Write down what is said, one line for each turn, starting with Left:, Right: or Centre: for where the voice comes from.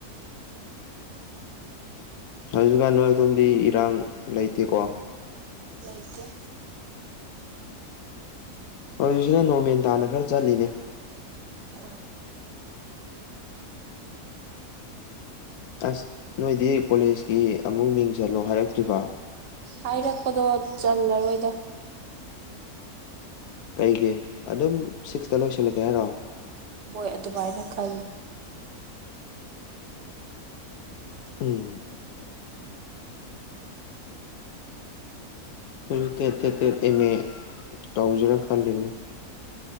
Left: ꯍꯧꯖꯤꯛꯀꯥꯟ ꯅꯣꯏ ꯑꯗꯣꯝꯗꯤ ꯏꯔꯥꯡ ꯂꯩꯇꯦꯀꯣ
Right: ꯂꯩꯇ‌ꯦ
Left: ꯍꯧꯖꯤꯛꯁꯤꯅ ꯅꯣꯔꯃꯦꯟ ꯇꯥꯅ ꯈꯔ ꯆꯠꯂꯤꯅꯦ
Right: ꯎ
Left: ꯑꯁ ꯅꯣꯏꯗꯤ ꯀꯣꯂꯦꯖꯀꯤ ꯑꯃꯨꯛ ꯌꯦꯡ ꯆꯜꯂꯣ ꯍꯥꯏꯔꯛꯇ꯭ꯔꯤꯕ
Right: ꯍꯥꯏꯔꯛꯄꯗꯣ ꯆꯜꯂꯔꯣꯏꯗ
Left: ꯀꯩꯒꯤ ꯑꯗꯨꯝ ꯁꯤꯛꯁꯇ ꯂꯣꯏꯁꯤꯜꯂꯛꯀꯦ ꯍꯥꯏꯔꯣ
Right: ꯍꫭꯏ ꯑꯗꯨꯃꯥꯏꯅ ꯈꯜꯂꯤ
Left: ꯎꯝ ꯑꯩꯈꯣꯏꯁꯨ ꯇꯦꯠ ꯇꯦꯠ ꯇꯦꯠ ꯑꯦꯝ ꯑꯦ ꯇꯧꯁꯤꯔꯥ ꯈꯜꯂꯤꯕꯅꯦ